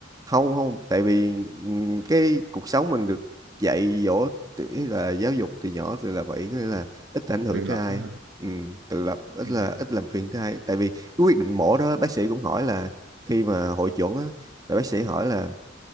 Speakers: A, on the right (about 20°); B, on the right (about 70°).
A: không không tại vì ừm, cái cuộc sống mình được dạy dỗ tự- ý là giáo dục từ nhỏ từ là vậy có nghĩa là ít ảnh hưởng
B: tự lập
A: tới ai
B: đó hả
A: Ừm, tự lập ít
B: ừ.
A: là ít làm phiền tới ai tại vì cái quyết định mổ đó bác sĩ cũng hỏi là khi mà hội chuẩn á là bác sĩ hỏi là